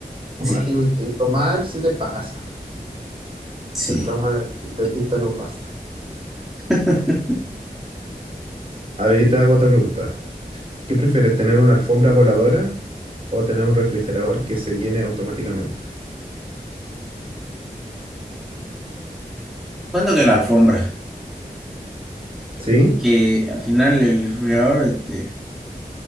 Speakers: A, on the right; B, in the centre.
A: automático
B: Sí,
A: y, y tomar se te pasa.
B: sí.
A: El trauma del dentista no pasa.
B: <laughs>
A: A ver, yo te hago otra pregunta. ¿Qué prefieres, tener una alfombra voladora o tener un refrigerador que se llene automáticamente?
B: Cuando que la alfombra,
A: ¿Sí?
B: que al final el refrigerador, este,